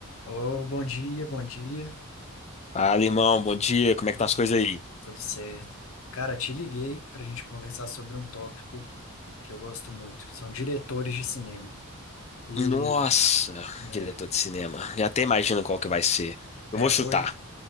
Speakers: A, on the left (about 65°); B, on the left (about 30°).
A: Ô, bom dia, bom dia,
B: Fala, irmão, bom dia. Como é
A: bom
B: que tá as
A: dia,
B: coisas aí?
A: tudo certo. Cara, te liguei para a gente conversar sobre um tópico que eu gosto muito, que são diretores de cinema. E
B: Nossa,
A: é,
B: diretor de cinema. Já até imagino qual que vai ser.
A: é,
B: Eu vou chutar.
A: hoje,